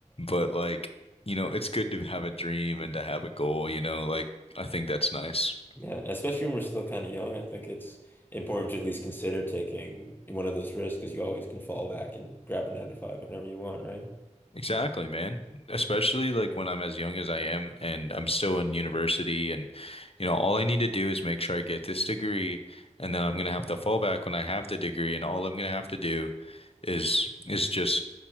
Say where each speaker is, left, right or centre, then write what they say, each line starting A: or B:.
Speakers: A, on the left; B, on the left.
A: But like, you know, it's good to have a dream and to have a goal, you know, like I think that's nice.
B: Yeah, especially when we're still kind of young, I think it's important to at least consider taking one of those risks because you always can fall back and grab a nine to five whenever you want, right?
A: Exactly, man. Especially like when I'm as young as I am and I'm still in university and you know, all I need to do is make sure I get this degree and then I'm going to have to fall back when I have the degree and all I'm going to have to do is is just